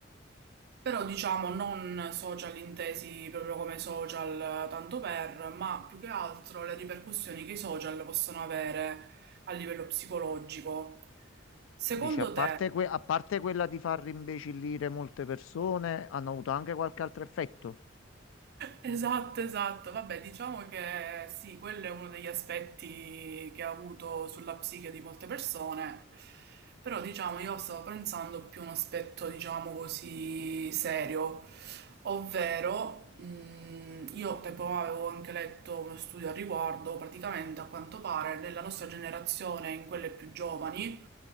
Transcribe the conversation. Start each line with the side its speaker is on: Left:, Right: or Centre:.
Right: però diciamo non social intesi proprio come social eh, tanto per, ma più che altro le ripercussioni che i social possono avere a livello psicologico. Secondo
Left: Dice, a
Right: te,
Left: parte, que- a parte quella di far rimbecillire molte persone, hanno avuto anche qualche altro effetto.
Right: Esatto, esatto. Vabbè, diciamo che sì, quello è uno degli aspetti che ha avuto sulla psiche di molte persone, però diciamo io stavo pensando più a un aspetto, diciamo così, serio, Ovvero, mh, io tempo fa avevo anche letto uno studio al riguardo, praticamente a quanto pare nella nostra generazione, in quelle più giovani,